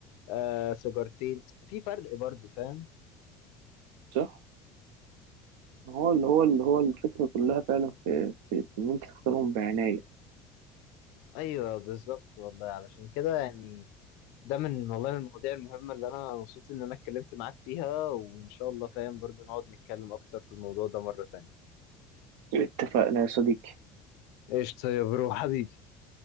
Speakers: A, on the left; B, on the right.
A: آه سيجارتين في فرق برضو فاهم
B: صح هو اللي هو اللي هو الفكرة كلها فعلا في, في إن أنت تختارهم بعناية
A: ايوه بالظبط والله علشان كده يعني ده من والله من المواضيع المهمة اللي انا مبسوط ان انا اتكلمت معاك فيها وان شاء الله فاهم برضو نقعد نتكلم اكتر في الموضوع ده مرة تانية
B: اتفقنا يا صديقي
A: قشطة يا برو حبيبي